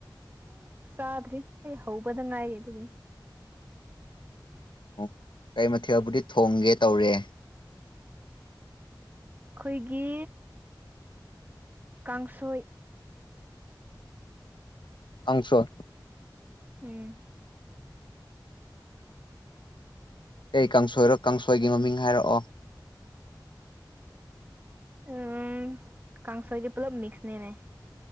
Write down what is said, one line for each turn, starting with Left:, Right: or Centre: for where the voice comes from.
Right: ꯎ ꯆꯗ꯭ꯔꯤ ꯑꯩ ꯍꯧꯕꯗ ꯉꯏ ꯑꯗꯨꯗꯔꯤ
Left: ꯎ ꯀꯩ ꯃꯊꯦꯜꯕꯨꯗꯤ ꯊꯣꯡꯒꯦ ꯇꯧꯔꯦ
Right: ꯑꯩꯈꯣꯏꯒꯤ ꯀꯥꯡꯁꯣꯏ
Left: ꯑꯥꯡꯁꫭꯏ
Right: ꯎꯝ
Left: ꯑꯩ ꯀꯥꯡꯁꯣꯏꯔꯣ ꯀꯥꯡꯁꯣꯏꯒꯤ ꯃꯃꯤꯡ ꯍꯥꯏꯔꯛꯑꯣ
Right: ꯎꯝ ꯀꯁꯣꯏꯗ ꯄꯨꯂꯞ ꯃꯁꯅꯦꯅꯦ